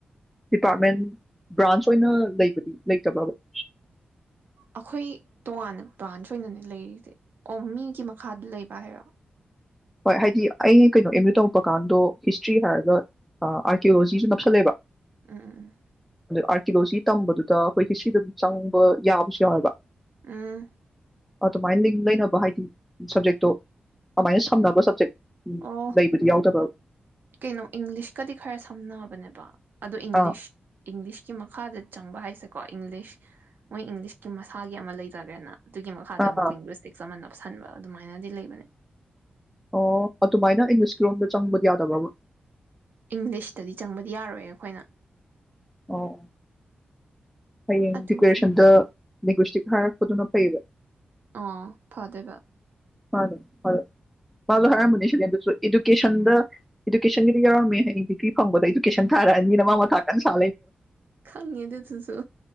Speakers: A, in the centre; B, on the right.
A: ꯗꯤꯄꯥꯠꯃꯦꯟ ꯕꯔꯥꯟꯁ ꯑꯣꯏꯅ ꯂꯩꯕ ꯂꯩꯇꯕ꯭ꯔꯕ <inaudible>
B: ꯑꯩꯈꯣꯏ ꯇꯣꯉꯥꯟꯅ ꯕꯔꯥꯟꯁ ꯑꯣꯏꯅꯅꯦ ꯂꯩꯔꯤꯖ ꯑꯣ ꯃꯤꯒꯤ ꯃꯈꯥꯗ ꯂꯩꯕ ꯍꯥꯏꯔꯣ꯫
A: ꯍꯣꯏ ꯍꯥꯏꯗ ꯑꯩ ꯀꯩꯅꯣ ꯑꯦꯃ ꯌꯨ ꯇꯧꯕꯀꯟꯗꯣ ꯍꯤꯁꯇ꯭ꯔꯤ ꯍꯥꯏꯔꯒ ꯑꯥ ꯑꯥꯔꯀꯤꯌꯣꯂꯣꯖꯤꯖꯨ ꯅꯞꯁꯤꯜꯂꯦꯕ꯫ <inaudible>
B: ꯎꯝ-ꯎꯝ-ꯎꯝ-ꯎꯝ <inaudible>
A: ꯑꯥꯔꯀꯤꯌꯣꯂꯣꯖꯤ ꯇꯝꯕꯗꯨꯗ ꯑꯩꯈꯣꯏ ꯍꯤꯁꯇ꯭ꯔꯤꯗ ꯆꯪꯕ ꯌꯥꯕꯁꯨ ꯌꯥꯎꯋꯦꯕ꯫
B: ꯎꯝ
A: ꯑꯗꯨꯃꯥꯏꯅ ꯂꯤꯡ ꯂꯩꯅꯕ ꯍꯥꯏꯗꯤ ꯁꯞꯖꯦꯛꯇꯣ ꯑꯗꯨꯃꯥꯏ ꯁꯞ <inaudible> ꯍꯪꯅꯕ ꯁꯞꯖꯦꯛ <inaudible> ꯎꯝ
B: ꯑꯣ
A: ꯂꯩꯕꯗꯤ ꯌꯥꯎꯗꯕ꯭ꯔꯕ <inaudible>
B: ꯀꯩꯅꯣ ꯏꯪꯂꯤꯁ ꯀꯥꯗꯤ ꯈꯔ ꯁꯝꯅꯕꯅꯦꯕ ꯑꯗꯣ ꯏꯪꯂꯤꯁ
A: ꯑꯥ
B: ꯏꯪꯂꯤꯁꯀꯤ ꯃꯈꯥꯗ ꯆꯪꯕ ꯍꯥꯏꯁꯦꯀꯣ ꯏꯪꯂꯤꯁ ꯃꯣꯏ ꯏꯪꯂꯤꯁꯀꯤ ꯃꯁꯥꯒꯤ ꯑꯃꯥ ꯂꯩꯖꯒ꯭ꯔꯦꯅ ꯑꯗꯨꯒꯤ ꯃꯈꯥꯗ
A: ꯑꯥ
B: ꯑꯃꯨꯛ
A: ꯑꯥ
B: ꯂꯤꯡꯒꯨꯏꯁꯇꯤꯛ ꯑꯃꯥ ꯅꯞ <inaudible> ꯈꯟꯕ ꯑꯗꯨꯃꯥꯏꯅꯗꯤ ꯂꯩꯕꯅꯦ <inaudible>
A: ꯑꯣ ꯑꯗꯨꯃꯥꯢꯅ ꯏꯪꯂꯤꯁꯀꯤꯔꯣꯝꯗ ꯆꯪꯕꯗꯤ ꯌꯥꯗꯕ꯭ꯔꯣꯕ
B: ꯏꯪꯂꯤꯁꯇꯗꯤ ꯆꯪꯕꯗꯤ ꯌꯔꯣꯏꯌꯦ ꯑꯩꯈꯣꯏꯅ꯫
A: ꯑꯧ꯫ ꯍꯌꯦꯡ
B: ꯑꯗꯨꯒꯤ
A: ꯄꯤꯁꯌ꯭ꯥꯁꯟꯗ ꯂꯦꯡꯒꯣꯁꯇꯤꯛ ꯐꯥꯔꯛꯄꯗꯨꯅ ꯐꯩꯌꯦꯕ
B: ꯑꯥ ꯐꯗꯣꯏꯕ
A: ꯃꯗꯣ ꯃꯗꯣ ꯃꯁꯨ ꯍꯥꯏꯔꯝꯕꯅꯦ ꯁꯦꯀꯦꯟꯗꯨꯁꯨ ꯏꯗꯨꯀꯦꯁꯟꯗ ꯏꯗꯨꯀꯦꯁꯟꯒꯤꯗ ꯌꯥꯎꯔꯝꯃꯦ ꯍꯌꯦꯡ ꯗꯤꯒꯔꯤ ꯐꯪꯕꯗꯥ ꯏꯗꯨꯀꯦꯁꯟ ꯊꯔꯛꯑꯅꯦꯅ ꯃꯥ ꯃꯊꯥ ꯀꯟꯅ ꯁꯥ
B: ꯈꯪꯏ ꯑꯗꯨꯗꯨꯁꯨ